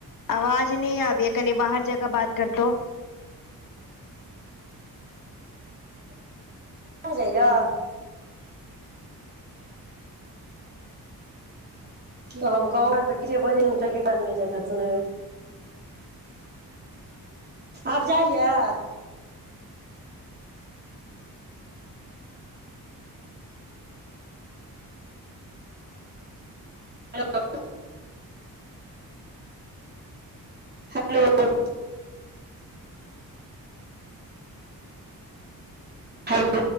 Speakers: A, on the left; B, on the right.
A: आवाज नय आबैय कनि बाहर जाकऽ बात करतौ
B: जाइए <inaudible> गाँव आरमे डीजे बजे तनेे <inaudible> <unintelligible> आब जाइया ह <inaudible> हेलो <unintelligible> हेलो